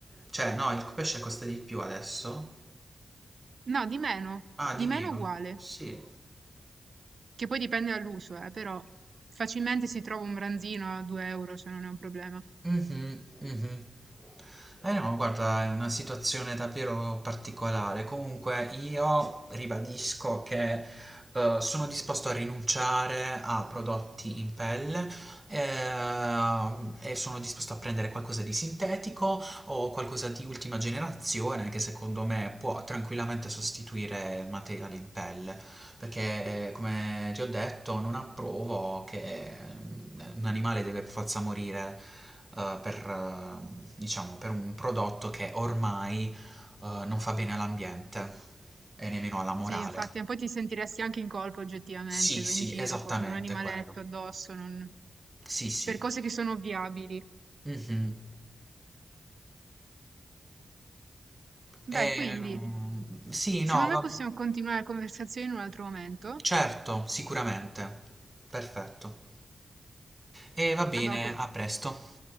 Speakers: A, on the right; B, on the right.
A: cioè no, il pesce costa di più adesso?
B: No, di meno,
A: Ah,
B: di
A: di meno.
B: meno uguale.
A: Sì.
B: Che poi dipende dall'uso, eh, però facilmente si trova un branzino a 2 euro, cioè non è un problema.
A: Mhm, mhm. Eh no, guarda, è una situazione davvero particolare. Comunque io ribadisco che eh, sono disposto a rinunciare a prodotti in pelle eh, e sono disposto a prendere qualcosa di sintetico o qualcosa di ultima generazione che secondo me può tranquillamente sostituire il materiale in pelle, perché eh, come ti ho detto non approvo che mm, un animale deve per forza morire eh, per, eh, diciamo, per un prodotto che ormai eh, non fa bene all'ambiente e nemmeno alla morale.
B: Sì, infatti, ma poi ti sentiresti anche in colpa oggettivamente,
A: Sì,
B: vai
A: sì,
B: in giro
A: esattamente
B: con un animaletto
A: quello.
B: addosso, non-
A: Sì, sì.
B: per cose che sono ovviabili.
A: Mhm.
B: Beh,
A: Ehm,
B: quindi,
A: sì,
B: secondo
A: no, va
B: me possiamo continuare la conversazione in un altro momento.
A: Certo, sicuramente. Perfetto. E va bene,
B: A dopo.
A: a presto.